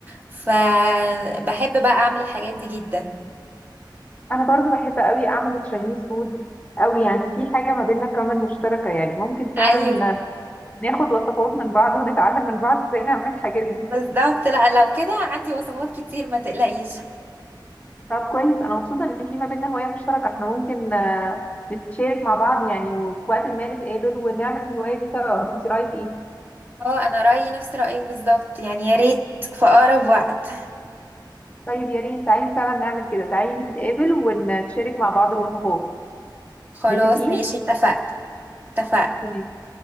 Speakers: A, on the right; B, on the left.
A: فبحب بقى اعمل الحاجات دي جدا
B: انا برضو بحب قوي اعمل تشاينيز فود قوي يعني في حاجة ما بيننا كمان مشتركة يعني ممكن فعلا
A: ايوه
B: ناخد وصفات من بعض ونتعلم من بعض ازاي نعمل الحاجات دي
A: بالظبط لا لو كده عندي وصفات كتير ما تقلقيش
B: طب كويس انا مبسوطه ان في ما بيننا هوايه مشتركه احنا ممكن آه، نتشارك مع بعض يعني وفي وقت ما نتقابل ونعمل الهوايه دي سوا انت رايك ايه
A: اه انا رأيي نفس رأيك بالظبط يعني يا ريت في اقرب وقت
B: طيب يا ريت تعالي فعلا نعمل كده تعالي نتقابل ونتشارك مع بعض الوصفات
A: خلاص
B: متفقين
A: ماشي اتفقت اتفقت
B: تمام